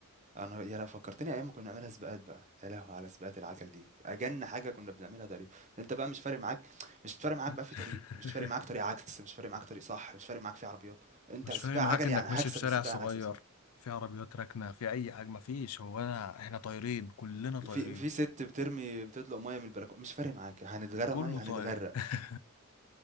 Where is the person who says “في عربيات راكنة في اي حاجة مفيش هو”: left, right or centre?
Left